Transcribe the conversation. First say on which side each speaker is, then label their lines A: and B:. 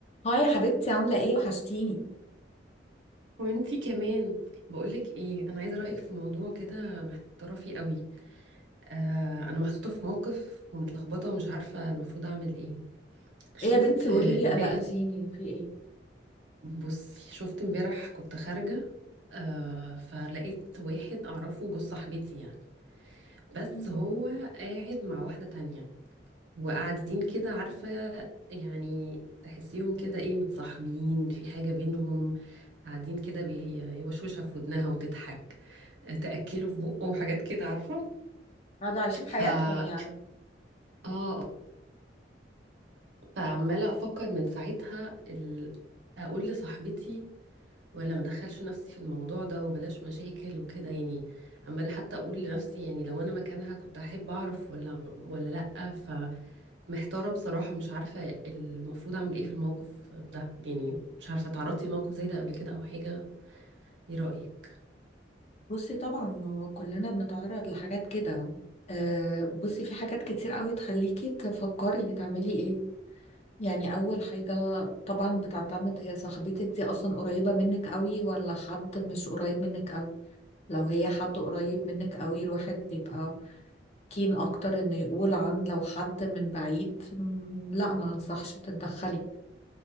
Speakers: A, on the left (about 40°); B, on the right (about 80°).
A: هاي يا حبيبتي عاملة ايه وحشتيني
B: وانتي كمان بقولك ايه انا عايزه رايك في موضوع كده محتاره فيه قوي آه انا محطوطه في موقف ومتلخبطه ومش عارفه المفروض اعمل ايه شفت
A: ايه يا بنتي قوليلي
B: امبارح
A: قلقتيني في ايه
B: بصي شفت امبارح كنت خارجه آه فلقيت واحد اعرفه جوز صاحبتي يعني بس
A: مم.
B: هو قاعد مع واحده تانية وقاعدين كده عارفه يعني تحسيهم كده ايه متصاحبين في حاجه بينهم قاعدين كده بيوشوشها في ودنها وتضحك تأكله في بقه وحاجات كده عارفة
A: قاعدة عايشين حياتهم
B: ف اه
A: يعني
B: آه. فعمالة أفكر من ساعتها ال... أقول لصاحبتي ولا ما أدخلش نفسي في الموضوع ده وبلاش مشاكل وكده يعني عمالة حتى أقول لنفسي يعني لو أنا مكانها كنت أحب أعرف ولا ولا لأ فمحتارة بصراحة مش عارفة المفروض أعمل إيه في الموقف ده يعني مش عارفة تعرضتي لموقف زي ده قبل كده أو حاجة إيه رأيك؟
A: بصي طبعا ما هو كلنا بنتعرض لحاجات كده آه بصي في حاجات كتير قوي تخليكي تفكري تعملي ايه يعني اول حاجة طبعا بتعتمد هي صاحبتك دي اصلا قريبة منك قوي ولا حد مش قريب منك قوي لو هي حد قريب منك قوي الواحد بيبقى كين اكتر انه يقول عن لو حد من بعيد م، لا ما انصحش تتدخلي